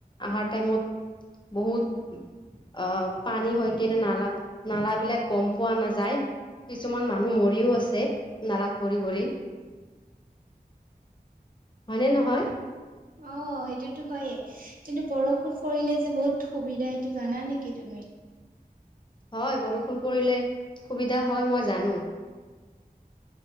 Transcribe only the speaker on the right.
অঁ সেইটোতো হয়য়ে কিন্তু বৰষুণ পৰিলে যে বহুত সুবিধা সেইটো জানা নেকি তুমি